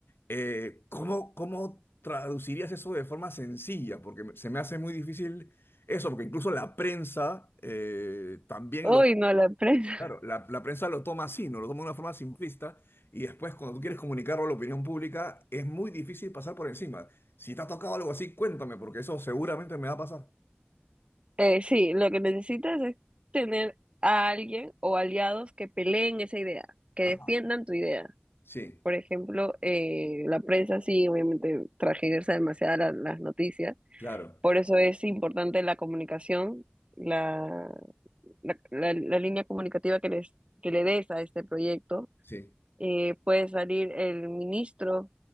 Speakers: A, on the left; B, on the right.
A: Eh, ¿cómo, cómo traducirías eso de forma sencilla? Porque me- se me hace muy difícil eso, porque incluso la prensa eh, también
B: Uy,
A: lo...
B: no, la empresa. <laughs>
A: Claro, la, la prensa lo toma así, ¿no? Lo toma de una forma simplista y después cuando tú quieres comunicarlo a la opinión pública es muy difícil pasar por encima. Si te ha tocado algo así, cuéntame, porque eso seguramente me va a pasar.
B: Eh, sí, lo que necesitas es tener a alguien o aliados que peleen esa idea, que
A: Ajá,
B: defiendan tu idea.
A: sí,
B: Por ejemplo, eh, la prensa sí, obviamente, tergiversa demasiado la- las noticias.
A: claro,
B: Por eso es importante la comunicación, la, la, la- la línea comunicativa que, les, que le des a este proyecto.
A: sí,
B: Eh, puede salir el ministro